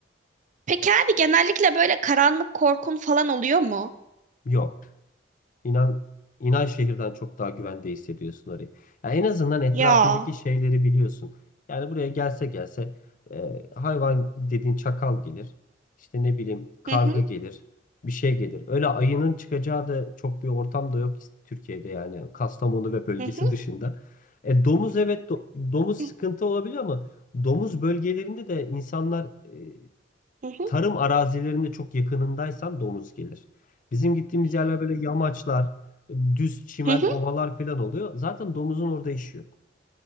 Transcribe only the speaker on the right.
Peki abi genellikle böyle karanlık korkun falan oluyor mu?
Ya.
Hı hı,
hı hı.
<laughs>
Hı hı.
Hmm.